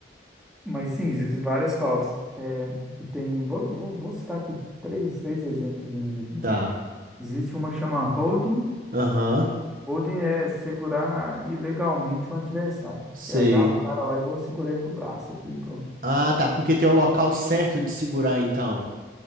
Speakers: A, in the centre; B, on the right (about 50°).
A: mas sim, existem várias faltas. É, que tem, vou, vou, vou citar aqui três, três exemplos aqui.
B: Tá.
A: Existe uma que chama holding.
B: Aham.
A: Holding é segurar ilegalmente um adversário.
B: Sei.
A: Você agarra o cara lá e vou segurar ele pro braço aqui, pronto.
B: Ah, tá. Porque tem o local certo de segurar, então.